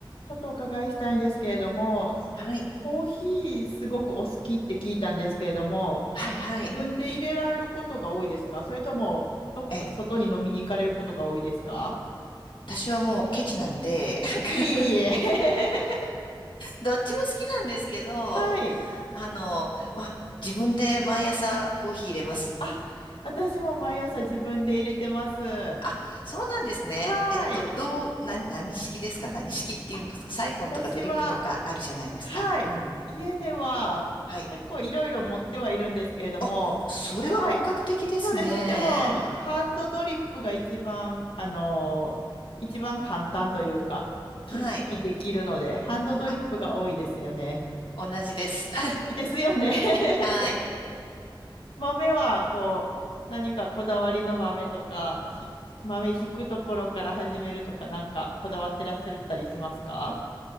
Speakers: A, on the left; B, on the left.
A: ちょっとお伺いしたいんですけれども、
B: はい。
A: コーヒーすごくお好きって聞いたんですけれども、
B: はいはい。
A: 自分で入れられることが多いですかそれとも、どこか外に飲みに行かれることが多いですか
B: ええ。私はもうケチなんで、なんか
A: いえいえいえ。
B: <laughs>
A: <laughs>
B: どっちも好きなんですけど、
A: はい。
B: あの、まあ、自分で毎朝コーヒー入れます。
A: あ、私も毎朝自分で入れてます。
B: はいあ、そうなんですね。
A: はい。
B: えっと、どう、な、何式ですか何式っていうんですかサイフォンとかドリップとかあるじゃないですか。
A: あ、私は、はい。
B: うん。
A: 家では結構いろいろ持ってはいるんですけれども、
B: はい。あ、それは本格的ですね。
A: はい。そうです。でも、ハンドドリップが一番、あのー一番簡単というか、気楽にできるので、
B: はい。
A: ハンドドリップが多いですよね。
B: あ、同じです。
A: あ、
B: <laughs>
A: ですよね。<laughs>
B: はい。
A: 豆は、こう、何かこだわりの豆とか、ひ豆ひくところから始めるとか、なんかこだわってらっしゃったりしますか